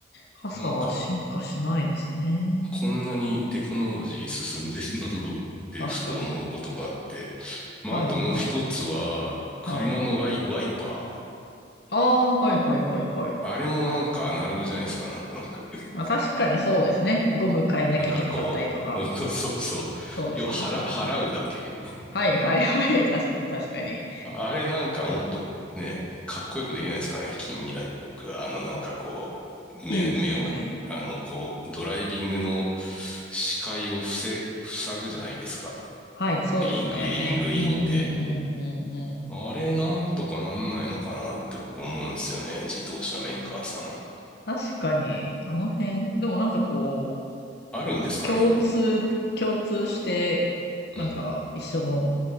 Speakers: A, on the left (about 55°); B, in the centre.
A: 傘は進化しないですね。
B: なんか、こんなにテクノロジー進んでるのにってふと思うことがあって。
A: 確かに。
B: まあ、
A: はいはい。
B: あともう一つは、車のワイ、
A: はい。
B: ワイパー
A: ああ、はいはいはいはい。
B: あれもなんかアナログじゃないですか、なんとなく。<laughs>
A: まあ、確かにそうですね。ゴム変えなきゃいけなかったりとか。
B: なんかこう、<laughs> そうそうそう。
A: そうですね、
B: 要は払、
A: そうですね。
B: 払うだけ
A: はいはいはい。<laughs> 確かに確かに。
B: あれなんかもっとね、かっこよくできないですかね、近未来っぽく。あの、なんかこう、目、
A: いいですね。
B: 目を、あの、こう、ドライビングの視界を防、塞ぐじゃないですか。
A: はい、そうですね。
B: グイーン、グイーン、グイーンって。
A: うんうんうんうんうん。
B: あれなんとかなんないのかなって僕思うんですよね。自動車メーカーさん。
A: 確かに、あの辺、でもなんかこう、
B: あるんですかね、
A: 共通、
B: 今。
A: 共通して、
B: うん。
A: なんか一緒の